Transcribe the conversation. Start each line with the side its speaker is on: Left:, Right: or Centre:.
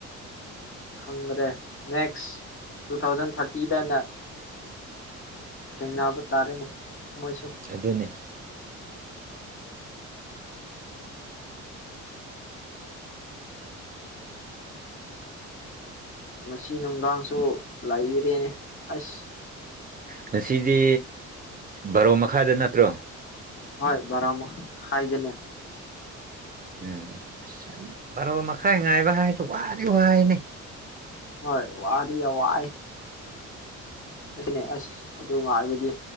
Left: ꯈꯪꯗ꯭ꯔꯦ ꯅꯦꯛꯁ ꯇꯨ ꯊꯥꯎꯖꯟ ꯊꯥꯔꯇꯤꯗꯅ ꯊꯦꯡꯅꯕ ꯇꯥꯔꯦꯅꯦ ꯃꯣꯏꯁꯨ
Right: ꯑꯗꯨꯅꯤ
Left: ꯉꯁꯤ ꯅꯨꯡꯗꯥꯡꯁꯨ ꯂꯩꯔꯦꯅꯦ ꯑꯁ
Right: ꯉꯁꯤꯗꯤ ꯕꯥꯔꯣ ꯃꯈꯥꯗ ꯅꯠꯇ꯭ꯔꯣ
Left: ꯍꯣꯏ ꯕꯥꯔꯣ ꯃꯈꯥꯏꯗꯅꯦ꯫
Right: ꯎꯝ ꯕꯔꯣ ꯃꯈꯥꯏ ꯉꯥꯏꯕ ꯍꯥꯏꯕꯁꯤ ꯋꯥꯗꯤ ꯋꯥꯌꯦꯅꯦ꯫
Left: ꯍꯣꯏ ꯋꯥꯔꯤ ꯌꯥꯝ ꯋꯥꯏ꯫ ꯑꯩꯁꯨꯅꯦ ꯑꯁ ꯑꯗꯨ ꯉꯥꯏꯕꯗꯤ꯫